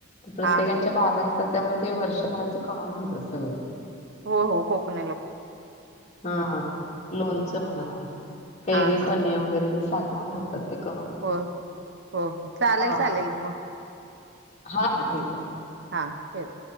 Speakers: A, on the left; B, on the right.
A: प्रत्येकचे
B: हा हा
A: बागा असतात त्यामुळे ते वर्षभराचं करून ठेवत सगळं.
B: हो हो कोकणी लोक.
A: हा हा लोणच म्हणा कैरी
B: हा हा
A: प्ने वगैरे. साठवून ठेवतात. ते करून.
B: हो हो चालेल
A: हां.
B: चालेल मग
A: हां, हां.
B: ठीक
A: आहे.
B: हा. ठेव.